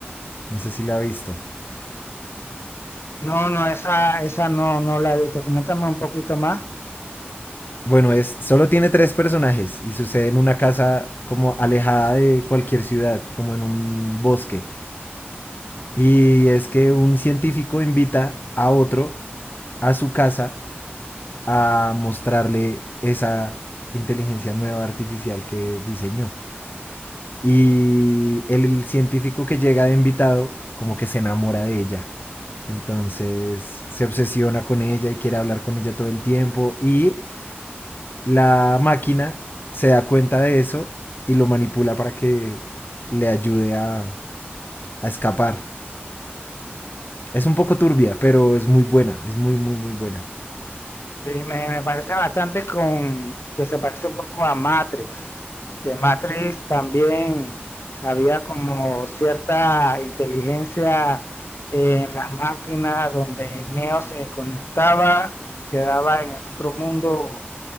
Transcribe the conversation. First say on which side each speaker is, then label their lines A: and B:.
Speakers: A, on the left; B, on the left.
A: No sé si la ha visto.
B: No, no, esa, esa no, no la he visto. Coméntame un poquito más.
A: Bueno, es, solo tiene tres personajes y sucede en una casa como alejada de cualquier ciudad, como en un bosque. Y es que un científico invita a otro a su casa a mostrarle esa inteligencia nueva artificial que diseñó. Y el científico que llega de invitado como que se enamora de ella. Entonces se obsesiona con ella y quiere hablar con ella todo el tiempo. Y la máquina se da cuenta de eso y lo manipula para que le ayude a, a escapar. Es un poco turbia, pero es muy buena. Es muy, muy, muy buena.
B: Sí, me, me parece bastante con que se parece un poco a Matrix, que Matrix también había como cierta inteligencia en las máquinas donde Neo se conectaba y quedaba en el otro mundo